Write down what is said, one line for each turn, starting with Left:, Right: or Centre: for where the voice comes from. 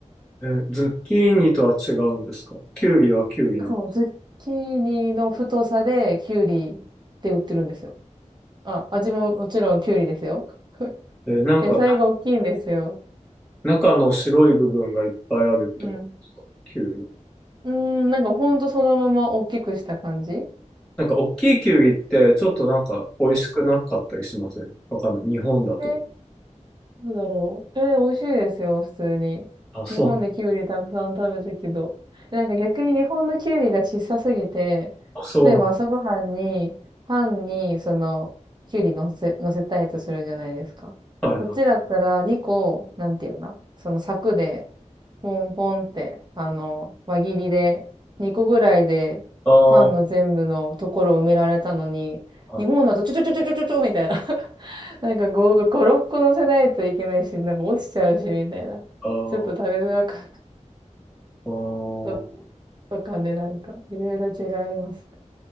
Centre: え、ズッキーニとは違うんですかキュウリはキュウリなの。
Right: あ、そう、ズッキーニの太さできゅうりって売ってるんですよ。あ、味ももちろんきゅうりですよ。<laughs>
Centre: え、なんか、
Right: 野菜が大きいんですよ。
Centre: 中の白い部分がいっぱいあるってことですかキュウリ。
Right: うん。うーん、なんかほんとそのまま大きくした感じ。
Centre: なんか大きいキュウリってちょっとなんか美味しくなかったりしませんわかんない。日本だと。
Right: でどうだろう。えー、美味しいですよ、普通に。
Centre: あ、そう。
Right: 日本でキュウリたくさん食べたけど。えなんか逆に日本のキュウリが小さすぎて、
Centre: あ、そ
Right: 例えば朝ごはんに、パンに、その、キュウリ乗せ、乗せたいとするじゃないですか。
Centre: うなんはいはい。
Right: こっちだったら2個、なんていうのその柵で、ポンポンって、あの、輪切りで、2個ぐらいで、
Centre: ああ、
Right: パンの全部のところを埋められたのに、
Centre: はい
Right: 日本だとちょちょちょちょちょちょみたいな。なんか5、5、6個乗せないといけないし、なんか落ちちゃうし、みたいな。
Centre: あー
Right: ちょっと食べづらかっ
Centre: あー、
Right: たとかね、なんか、いろいろ違いあります。